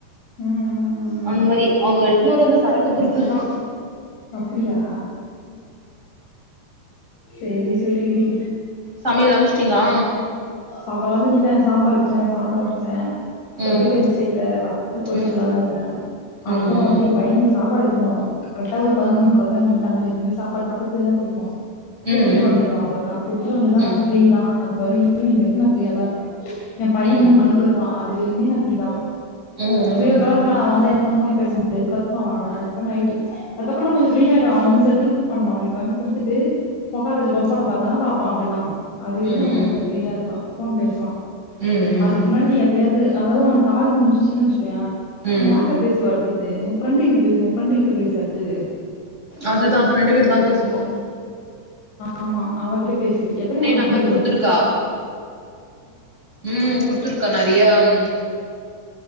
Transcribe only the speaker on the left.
ம் ம் ம் ம்
அப்டியா சேரி செரி டி
சாப்ப வதிஞ்டே சாம்பார் வச்சே சாத அடிச்சே
தொட்டுக்க எதுவு செய்ல வத்தல் பொரிச்சுகலா
இந்தே
அப்பறம்
வந்து எ பையனுக்கு சாப்பாடு எடுத்தனு போனு கரெக்ட்டா ஒரு பதிநோன்முக்கா இங்க இருந்து கெழபி எத்துனு போயி சாப்பாடு பக்கத்துலியேதா குடுக்கணு குடுத்துட்டு
வந்துருவ அவ்வளதா குடுத்துட்டு வந்தன்னா
நா ஃப்ரீதா அது போய் ஈவினிங் வரைக்கு நா ஃபிரீயா தா இருப்பே ஏ பைய
மூன்னு மணிக்கு வருவா அது வரைக்குமே நா ஃபிரீதா
திரியோ கிளாக் மேல அவ வந்தா என்னால ஃபோனே பேச முடியது கத் த்துவ வன வன அதுக்கு அப்புறோ நைட்டு அதுக அப்புறோ நா கொஞ்சோ ஃபிரியிடும் அவ வந்து செட்டல் பண்ணோனே எல்லாமே குடுத்துட்டு ஒக்காரவஜி பொம்படம் பாத்தன்னா பாப் ப்பா அப்பிடிதா அது வெரிக்கு
நா கொ ஃப்ரீயா இருப்பா ஃபோன் பேசுவா
அதுக்கு முன்னாடி நீ எப்பியாது அதாது உனக்கு கால் முடிஞச்சின் வச்சி கோய
நீ யார்ட்ட பேசுவ அடுத்து து உ ஃப்ரண்டு கிட்ட பேசு உ ஃப்ரெண்டு கிட்ட பேசு அடுத்தது
ஆமா அவகிட்ட பேசுது எத்தன கால் முடிஞ்சுக்குது